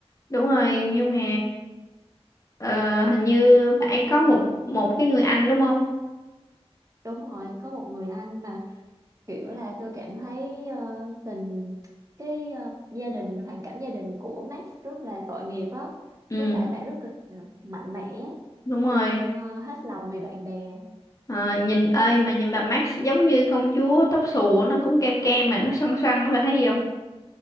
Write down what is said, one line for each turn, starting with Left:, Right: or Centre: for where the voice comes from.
Left: đúng rồi nhưng mà ờ, hình như bạn có một một cái người anh đúng không
Right: đúng rồi có một người anh mà kiểu là tôi cảm thấy ờ, tình cái ờ, gia đình hoàn cảnh gia đình của Max rất là tội nghiệp á
Left: ừ
Right: với lại bà rất là mạnh mẽ
Left: đúng rồi
Right: luôn ờ, hết lòng vì bạn bè
Left: Ờ, nhìn ơi mà nhìn bà Max giống như công chúa tóc xù á, nó cũng cam cam mà nó xoăn xoăn á bà thấy gì không